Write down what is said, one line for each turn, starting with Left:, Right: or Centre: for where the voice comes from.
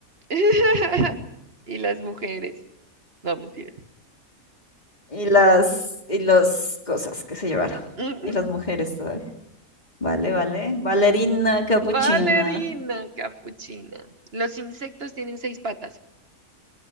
Right: <laughs> Y las mujeres. No, mentira.
Left: Y las, y las cosas que se llevaron.
Right: <laughs>
Left: Y las mujeres todavía. Vale, vale. Valerina, capuchina.
Right: Valerina capuchina. Los insectos tienen seis patas.